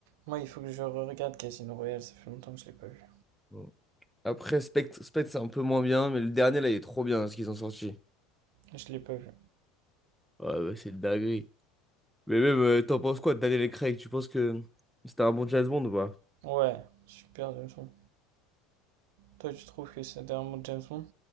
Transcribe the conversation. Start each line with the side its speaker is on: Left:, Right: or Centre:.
Right: Moi, il faut que je re-regarde Casino Royale, ça fait longtemps que je l'ai pas vu.
Centre: Bon. Après, Spectre, Spectre c'est un peu moins bien, mais le dernier, là, il est trop bien, ce qu'ils ont sorti.
Right: Je l'ai pas vu.
Centre: Ouais, bah, c'est de dinguerie. Mais même, euh, t'en penses quoi, de Daniel Craig? Tu penses que c'était un bon James Bond ou pas?
Right: Ouais, super James Bond. Toi, tu trouves que c'est dernièrement James Bond